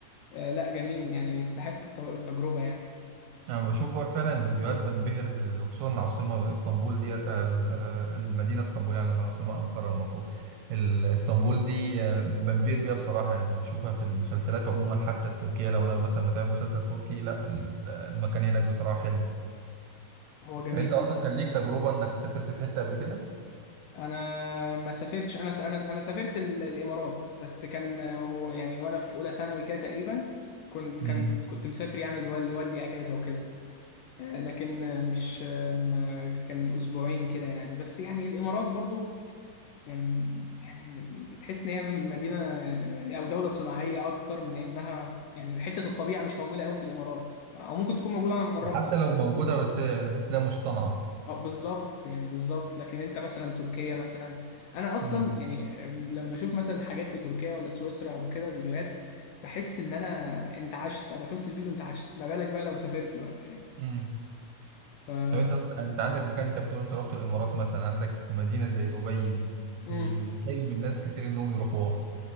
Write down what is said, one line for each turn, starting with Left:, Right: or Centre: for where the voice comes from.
Left: آه، لا جميل يعني يستحق الت- التجربه يعني
Right: أنا بشوف فعلا فيديوهات بنبهر بال- خصوصا العاصمة اسطنبول دي ال- آه، المدينة اسطنبول يعني العاصمة أنقرة المفروض ال- اسطنبول دي آه، بنبهر بيها بصراحة يعني لما بشوفها في المسلسلات عموما حتى التركية لو أنا مثلا بتابع مسلسل تركي لا ال- المكان هناك بصراحة حلو
Left: هو جميل
Right: أنت أصلا كان ليك تجربة إنك سافرت في حتة قبل كده؟
Left: انا ما سافرتش انا انا انا سافرت ال- الامارات بس كان يعني وانا في اولى ثانوي كده تقريبا كنت
Right: مم.
Left: كان كنت مسافر يعني لوال- لوالدي اجازه وكده آه، لكن آه، مش آه، ما كان من اسبوعين كده يعني بس يعني الامارات برضو يعني يعني تحس ان هي مدينه يعني او دوله صناعيه اكتر من انها يعني حته الطبيعه مش موجوده قوي في الامارات او ممكن تكون موجوده انا ما جربتش
Right: وحتى لو موجودة بس هي- بحس إنها مصطنعة
Left: اه بالظبط يعني بالظبط لكن انت مثلا تركيا مثلا انا اصلا
Right: مم.
Left: يعني أم، لما اشوف مثلا حاجات لتركيا ولا سويسرا او كده فيديوهات بحس ان انا انت عشت انا شفت الفيديو انت عشت ما بالك بقى لو سافرت بقى يعني
Right: مم.
Left: ف
Right: طب انت اصلا انت عندك مكان انت بتقول انت رحت الامارات مثلا عندك مدينه زي دبي دي
Left: مم.
Right: يعني حلم الناس كتير انهم يروحوها